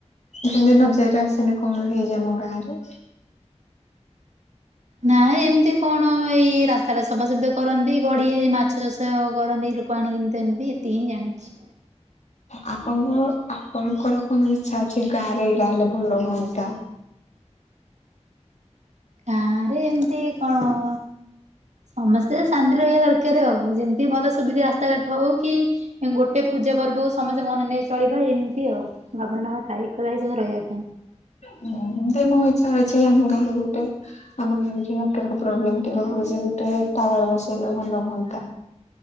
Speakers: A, on the left (about 75°); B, on the right (about 75°).
A: ସେମିତି ନଜରେ ଆସନି କଣ ହେଇଛି ଆମ ଗାଁ ରେ।
B: ନାଇ ଏମିତି କଣ ଏଇ ରାସ୍ତା ଟା ସଫା ସଫି କରାନ୍ତି କରନ୍ତି ଗଡିଆ ହେଇ ମାଛ ଚାଷ କରନ୍ତି। ଲୋକ ଆଣିକିନି ତ ଏମିତି ଏତିକି ହିଁ ଜାଣିଛି।
A: ଆପଣଙ୍କ ଆପଣଙ୍କର କଣ ଇଛା ଅଛି ଗାଁରେ ଏଇଗା ହେଲେ ଭଲ ହୁଅନ୍ତା?
B: ଗାଁ ରେ ଏମିତି କଣ? ସମସ୍ତେ ଶାନ୍ତି ରହିବା ଦରକାର ଆଉ ଯେମିତି ଭଲ ସୁବିଧା ରାସ୍ତାଘାଟ ହଉ କି ଗୋଟେ ପୂଜା ପର୍ବକୁ ସମସ୍ତେ ମନେ ନେଇ ଚଳିବା ଏମିତି ଆଉ ଭାବନା ଥାଏ ଏକଥା ହେଇ ରହିବା ପାଇଁ।
A: ହଁ ମୋ ଇଚ୍ଛା ଅଛି ଆମ ଗାଁ ରେ ଗୋଟେ ଆମ ଗାଁ ରେ ଯୋଉ ନେଟୱର୍କ ପ୍ରୋବ୍ଲେମ୍ ଟି ହେଉଛି ଗୋଟେ ଟାୱାର ବସେଇଲେ ଭଲ ହୁଅନ୍ତା